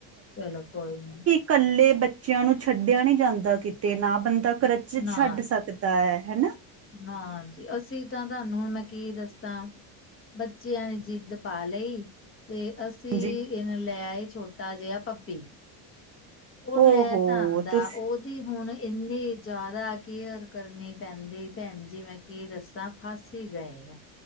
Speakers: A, on the left; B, on the right.
A: ਚਲੋ ਕੋਈ ਨੀ।
B: ਕੱਲੇ ਬੱਚਿਆਂ ਨੂੰ ਛੱਡਿਆ ਨੀ ਜਾਂਦਾ ਕਿਤੇ ਨਾ ਬੰਦਾ ਘਰ 'ਚ
A: ਨਾ
B: ਛੱਡ
A: ਜੀ।
B: ਸਕ ਦਾ ਏ ਹਨਾ।
A: ਨਾ ਜੀ ਅਸੀਂ ਤਾਂ ਤੁਹਾਨੂੰ ਹੁਣ ਮੈਂ ਕੀ ਦੱਸਾਂ। ਬੱਚਿਆਂ ਨੇ ਜਿੱਦ ਪਾ ਲਈ। ਤੇ ਅਸੀਂ
B: ਜੀ
A: ਇਹ ਨਾ ਲੈ ਆਏ ਛੋਟਾ ਜਿਹਾ ਪੱਪੀ ਉਹ
B: ਓਹੋ
A: ਲੈ ਤਾਂ ਆਉਂਦਾ
B: ਤੁਸੀਂ
A: ਉਹ ਹੁਣ ਇੰਨੀ ਜ਼ਿਆਦਾ ਕੇਅਰ ਕਰਨੀ ਪੈਂਦੀ ਭੈਣ ਜੀ ਮੈਂ ਕੀ ਦੱਸਾਂ। ਫਸ ਹੀ ਗਏ